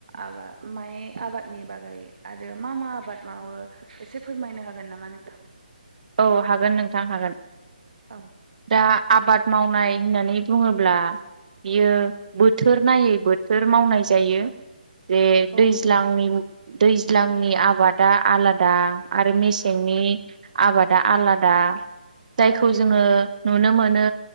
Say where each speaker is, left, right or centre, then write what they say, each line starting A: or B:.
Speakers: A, on the right (about 70°); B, on the right (about 55°).
A: आबाद माइ आबादनि बागै आरो मा मा आबाद मावो एसे फोरम मायनो हागोन नामा नोंथां?
B: औ हागोन नोंथां हागोन
A: औ
B: दा आबाद मावनाय होननानै बुङोब्ला बियो बोथोर नायै बोथोर मावनाय जायो। जे
A: औ
B: दैज्लांनि
A: नों
B: दैज्लांनि आबादा आलादा आरो मेसेंनि आबादा आलादा जायखौ
A: औ नंगौ
B: जोङो नुनो मो नो